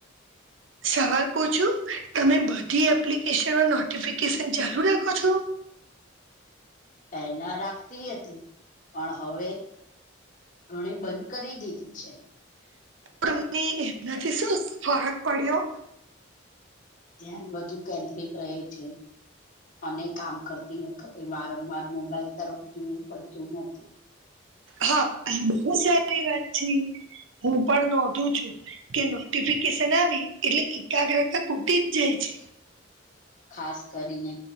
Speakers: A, on the right; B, on the left.
A: સવાલ પૂછો તમે બધી એપ્લિકેશનમાં નોટિફિકેશન ચાલુ રાખો છો?
B: પહેલા રાખતી હતી પણ હવે- ઘણી બંધ કરી દીધી છે.
A: તમ એનાથી શું ફરક પડ્યો-
B: ધ્યાન વધુ કેન્દ્રિત રહે છે. અને કામ કરતી વખતે વારંવાર મોબાઈલ તરફ જોવું પડતું નથી-
A: હા બહુ સારી વાત છે. હું પણ નોંધું છું. કે નોટિફિકેશન આવી એટલે એકાગ્રતા તૂટી જ જાય છે.
B: ખાસ કરીને